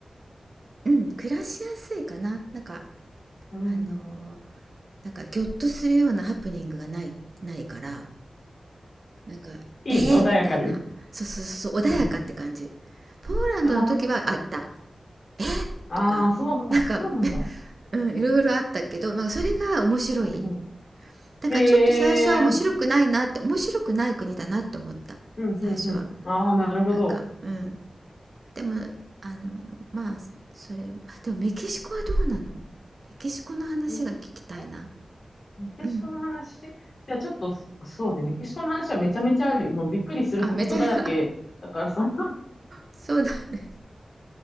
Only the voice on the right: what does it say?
ううん暮らしやすいかななんか
あのーなんかギョッとするようなハプニングがないないからなんかえー、
みたいなそうそうそうそう穏やかって感じ
ポーランドの時はあった
えー、
とかなんか、
<laughs> うん、いろいろあったけど、まあ、それが面白い
だからちょっと最初は面白くないなって面白くない国だなって思った最初は
なんかうんでもあのまあそれでもメキシコはどうなのメキシコの話が聞きたいな
うん
あめちゃ <laughs>
そうだね